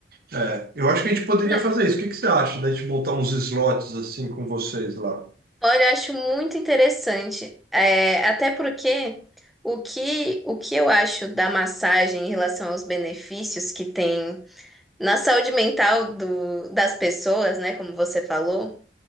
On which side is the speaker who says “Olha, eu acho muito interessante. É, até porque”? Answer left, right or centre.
Centre